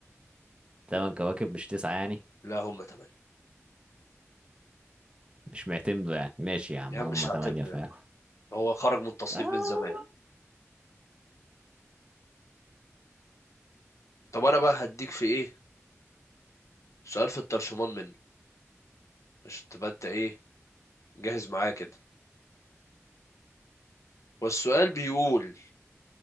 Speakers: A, on the right; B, on the left.
A: تمن كواكب مش تسعة يعني
B: لا هم تمانية
A: مش معتمدوا يعني ماشي يا عم
B: يا عم
A: هم
B: مش
A: تمانية
B: هعتمده
A: فعلا
B: يا عم هو خرج من التصنيف
A: اه
B: من زمان طب انا بقى هديك في ايه سؤال في الترشمان منه عشان تبقى انت ايه جاهز معايا كده والسؤال بيقول